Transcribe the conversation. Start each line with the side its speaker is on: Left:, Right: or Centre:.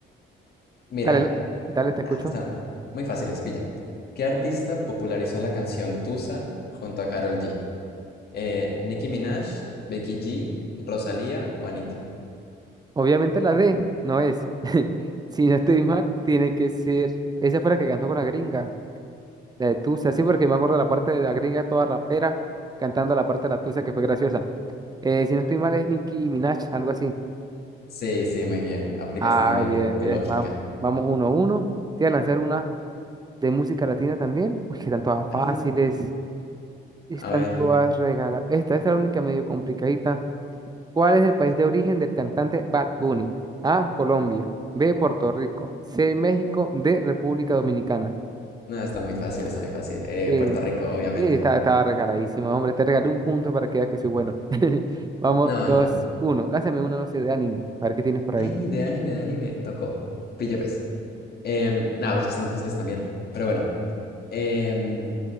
Left: Mira,
Right: Dale, dale, te escucho.
Left: ah, están muy fáciles, pilla. ¿Qué artista popularizó la canción Tusa junto a Karol G? Eh, ¿Nicki Minaj, Becky G, Rosalía o Anita?
Right: Obviamente la D no es. <laughs> Si no estoy mal, tiene que ser. Esa fue la que cantó con la gringa. La de Tusa, sí, porque me acuerdo la parte de la gringa toda rapera cantando la parte de la Tusa que fue graciosa. Eh, si no estoy mal, es Nicki Minaj, algo así.
Left: Sí, sí, muy bien. Aplicaste
Right: Ah,
Left: muy bien
Right: bien,
Left: tu,
Right: bien.
Left: tu lógica.
Right: Vamos, vamos uno a uno. Te voy a lanzar una. de música latina también, uy, que están todas
Left: Ay,
Right: fáciles, están
Left: a ver.
Right: todas regaladas. Esta, esta es la única medio complicadita. ¿Cuál es el país de origen del cantante Bad Bunny? A, Colombia, B, Puerto Rico, C, México, D, República Dominicana.
Left: No, está muy fácil, está muy fácil. Eh,
Right: Eh,
Left: Puerto Rico, obviamente.
Right: eh, está- estaba regaladísima, hombre, te regalé un punto para que veas que soy bueno. <laughs> Vamos,
Left: No,
Right: dos,
Left: no.
Right: uno. Lánzame una, no sé, de anime, a ver qué tienes por ahí.
Left: Ay, de anime, de anime. Tocó. Pille, pues. Em, nada, pero es que están muy fáciles también. Pero bueno, em,